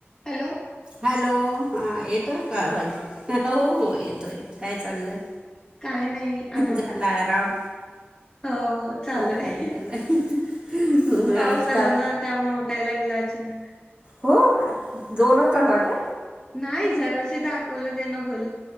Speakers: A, on the left (about 20°); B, on the right (about 25°).
A: Hello.
B: Hello, हा येतोय का आवाज? हो हो, येतोय. काय चाललय?
A: काय नाही आराम
B: झाला आराम.
A: हो, चालु
B: आराम
A: आहे.
B: झाला
A: पाऊस
B: आज काय
A: आला ना, त्यामुळे उठायला लागलं अचानक.
B: हो, जोरात आला का?
A: नाही, जराशी दाखवलं त्यांना भूल.